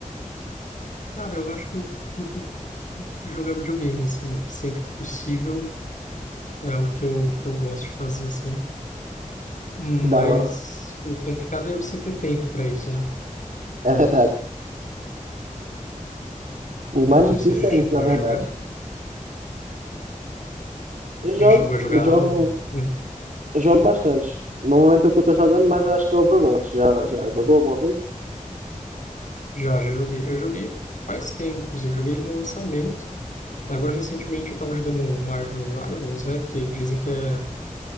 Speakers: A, on the left (about 65°); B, on the right (about 65°).
A: Cara, eu acho que eu curto jogar videogame, assim, sempre que possível, é o que eu, que eu gosto de fazer, assim, mas
B: da hora.
A: o complicado é você ter tempo para isso, né?
B: É verdade. O mais
A: E você
B: difícil
A: já chegou
B: é esse, na verdade.
A: a jogar?
B: Eu jogo,
A: Já chegou a jogar
B: eu jogo,
A: algo? Hum,
B: eu jogo bastante. No momento que eu tô jogando, mas eu acho que é Overwatch. Já, já jogou alguma vez?
A: Já, já joguei. Eu joguei faz tempo, inclusive, joguei ele no lançamento, agora recentemente eu tava jogando Marvel Rivals, né, que dizem que é